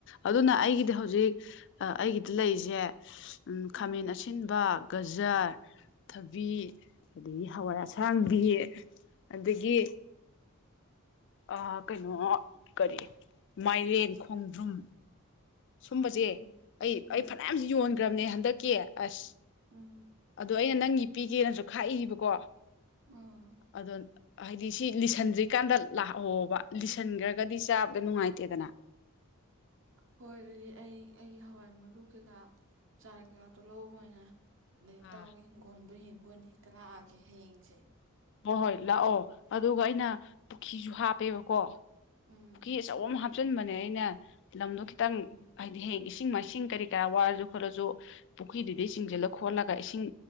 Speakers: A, on the left; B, on the right.
A: ꯑꯗꯨꯅ ꯑꯩꯒꯤꯗꯤ ꯍꯧꯖꯤꯛ ꯑꯥ ꯑꯩꯒꯤꯗꯤ ꯂꯩꯔꯤꯁꯦ ꯈꯥꯃꯦꯟ
B: ꯎꯝ
A: ꯑꯁꯤꯟꯕ ꯒꯖꯔ ꯊꯕꯤ ꯑꯗꯒꯤ ꯍꯋꯥꯏ ꯑꯁꯥꯡꯕꯤ ꯑꯗꯒꯤ
B: ꯎꯝ
A: ꯑꯥ ꯀꯩꯅꯣ ꯀꯔꯤ ꯃꯥꯏꯔꯦꯟ ꯈꯣꯡꯗ꯭ꯔꯨꯝ ꯁꯨꯝꯕꯖꯦ
B: ꯎꯝ
A: ꯑꯩ
B: ꯎꯝ
A: ꯑꯩ ꯐꯅꯌꯥꯝ ꯌꯣꯟꯒ꯭ꯔꯝꯅꯦ ꯍꯟꯗꯛꯀꯤ ꯑꯁ
B: ꯎꯝ
A: ꯑꯗꯣ ꯑꯩꯅ ꯅꯪꯒꯤ ꯄꯤꯒꯦꯅꯁꯨ ꯈꯥꯛꯏꯕꯀꯣ
B: ꯎꯝ
A: ꯑꯗꯨꯟ ꯍꯥꯏꯗꯤ ꯁꯤ ꯂꯤꯁꯟꯗ꯭ꯔꯤꯀꯥꯟꯗ ꯂꯥꯛꯍꯧꯋꯣꯕ ꯂꯤꯁꯟꯒ꯭ꯔꯒꯗꯤ ꯆꯥꯕꯗ ꯅꯨꯡꯉꯥꯏꯇꯦꯗꯅ
B: ꯍꯣꯏ ꯑꯩ ꯑꯩ ꯍꯋꯥꯏ ꯃꯔꯨ ꯀꯩꯀꯥ ꯆꯥꯔ ꯀꯩꯀꯥ ꯇꯣ ꯂꯧꯕ ꯑꯣꯏꯅ ꯑꯗꯩ ꯏꯇꯥꯎꯒꯤ
A: ꯑꯥ
B: ꯍꯤꯡꯒꯣꯜꯗꯣ ꯌꯦꯡꯕ ꯑꯣꯢꯅ ꯍꯦꯛꯇ ꯂꯥꯛꯑꯒꯦ ꯍꯌꯦꯡꯁꯦ
A: ꯍꯣꯏ ꯍꯣꯏ ꯂꯥꯛꯑꯣ ꯑꯗꯨꯒ ꯑꯩꯅ ꯄꯨꯈꯤꯖꯨ ꯍꯥꯞꯄꯦꯕꯀꯣ
B: ꯎꯝ
A: ꯈꯤ ꯑꯆꯧꯕ ꯑꯃ ꯍꯥꯞꯆꯤꯟꯕꯅꯦ ꯑꯩꯅ ꯂꯝꯗꯣ ꯈꯤꯇꯪ
B: ꯎꯝ
A: ꯍꯥꯏꯗꯤ ꯍꯌꯦꯡ ꯏꯁꯤꯡ ꯃꯥꯏꯁꯤꯡ ꯀꯔꯤ ꯀꯔꯥ ꯋꯥꯔꯖꯨ ꯈꯣꯠꯂꯁꯨ ꯄꯨꯈ꯭ꯔꯤꯗꯨꯗꯒꯤ ꯆꯤꯡꯖꯤꯜꯂ ꯈꯣꯠꯂꯒ ꯏꯁꯤꯡ